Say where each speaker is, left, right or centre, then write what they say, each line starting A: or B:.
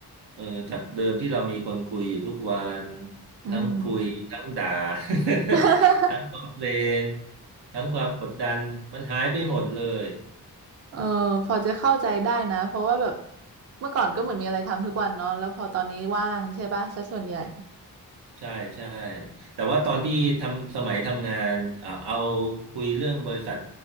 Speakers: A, on the right; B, on the right.
A: เออจากเดิมที่เรามีคนคุยอยู่ทุกวัน
B: อืม
A: ทั้งคุยทั้งด่า <laughs>
B: <laughs>
A: ทั้งคอมเพลนทั้งความกดดันมันหายไปหมดเลย
B: เออพอจะเข้าใจได้นะเพราะว่าแบบเมื่อก่อนก็เหมือนมีอะไรทำทุกวันเนาะแล้วพอตอนนี้ว่างใช่ปะซะส่วนใหญ่
A: ใช่ใช่แต่ว่าตอนที่ทำสมัยทำงานอ่าเอาคุยเรื่องบริษัท